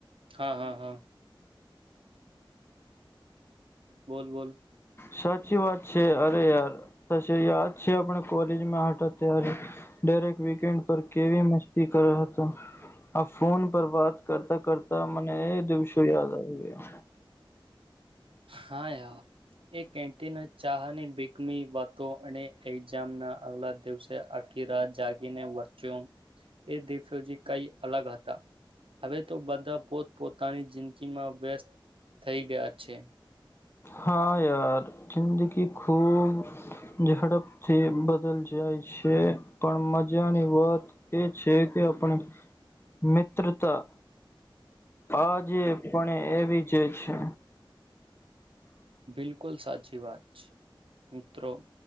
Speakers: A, on the right (about 80°); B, on the left (about 25°).
A: હા હા હ. બોલ બોલ.
B: સાચી વાત છે અરે યાર પચે યાદ છે આપણે. કોલેજમાં હટા ત્યારે ડાયરેક્ટ વીકેન્ડ પર કેવી મસ્તી કર હતા આ ફોન પર વાત કરતા કરતા મને એ દિવસો યાદ આવી ગ્યા.
A: હા યા એ કેન્ટીન ચાહની બીકમી વાતો અને એક્ઝામના આગલા દિવસે આખી રાત જાગીને વચ્યો એ દિવસો કઈ અલગ હતા હવે તો બધા પોત પોતાની જિંદગીમાં વ્યસ્ત થઈ ગયા છે.
B: હા યાર જિંદગી ખૂબ ઝડપથી બદલ જાય છે પણ મજાની વાત એ છે કે આપણી મિત્રતા હાજે પણ એવી જ જે છે.
A: બિલકુલ સાચી વાત. મિત્રો